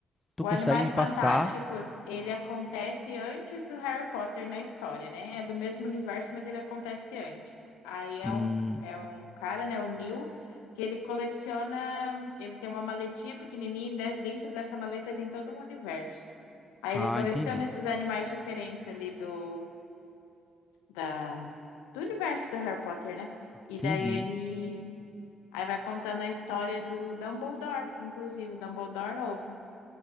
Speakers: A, on the left; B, on the left.
A: tu
B: O
A: consegue
B: Animais
A: me
B: Fantásticos,
A: passar?
B: ele acontece antes do Harry Potter na história, né? É do mesmo universo, mas ele acontece antes. Aí é
A: Hum,
B: um, é um cara, né, o Neil, que ele coleciona, ele tem uma maletinha pequenininha, e de- dentro dessa maleta tem todo um universo. Aí
A: ah,
B: ele coleciona
A: entendi.
B: esses animais diferentes ali do da, do universo do Harry Potter, né? E
A: Entendi.
B: daí ele. Aí vai contando a história do Dumbledore, inclusive, o Dumbledore novo.